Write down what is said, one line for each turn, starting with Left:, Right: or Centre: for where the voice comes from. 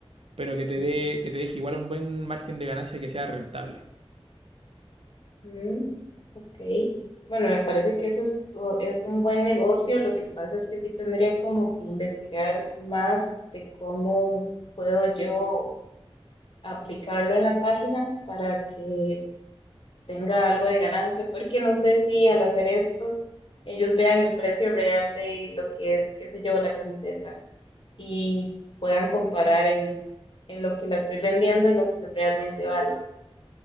Right: pero que
Left: sí.
Right: te dé que te deje igual un buen margen de ganancia que sea rentable.
Left: Mm, ok. Bueno, me parece que eso es, o- es un buen negocio. Lo que pasa es que sí tendría como que investigar más de cómo puedo yo. aplicarlo en la página para que tenga algo de ganancia, porque no sé si al hacer esto ellos vean el precio real de lo que es, qué sé yo, la camiseta y puedan comparar en, en lo que la estoy vendiendo, en lo que realmente vale.